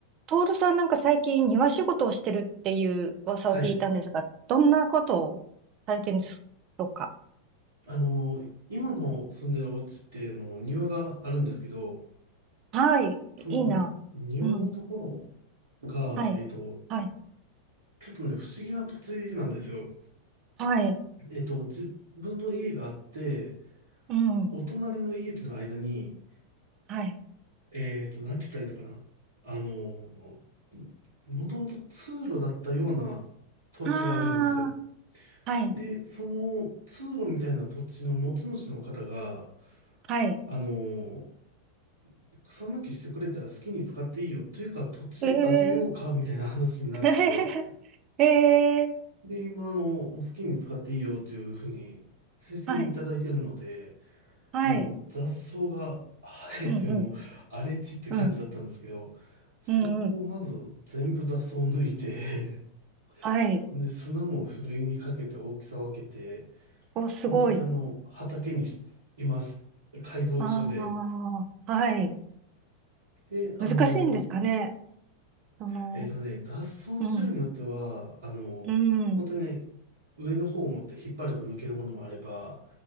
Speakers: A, on the right; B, on the right.
A: トールさんなんか最近庭仕事をしてるっていう噂を聞いたんですが、
B: はい。
A: どんなことをされてるんですか
B: あの、今の住んでるお家ってあの庭があるんですけど、
A: はい。
B: その庭のとこ
A: いいな。うん。
B: ろが、
A: はい。
B: えっと、
A: はい。
B: ちょっとね、不思議な土地なんですよ。
A: はい。
B: えっと、自分の家があって、
A: うん。
B: お隣の家との間に、
A: はい。
B: えっと、なんて言ったらいいのかな。あの、もともと通路だったような土地があるんですよ。
A: ああ。はい。
B: で、その通路みたいな土地の持ち主の方が、
A: はい。
B: あの草抜きしてくれたら好きに使っていいよ。というか、土地あげようか、
A: ええ
B: みたいな話になってて。
A: ー。<laughs> ええー。
B: で、今、あの、もう好きに使っていいよというふうに、正式にいただいてるので、
A: はい。はい。
B: まあ、あの、雑草が生えても、
A: うん。うん。
B: 荒れ地って感じだったんですけど、
A: うん。
B: そこをまず全部雑草を抜いて、
A: うんうん。はい。
B: <laughs> ほんで、砂もふるいにかけて大きさ分けて、
A: お、すごい。
B: 本当にあの、畑にし、今し、改造中で、
A: ああ。はい。
B: で、あの、
A: 難しいんですかね。その、
B: えっとね、雑草の種類によっては、
A: うん。
B: あの、
A: うん。
B: 本当に上の方を持って引っ張れば抜けるものもあれば、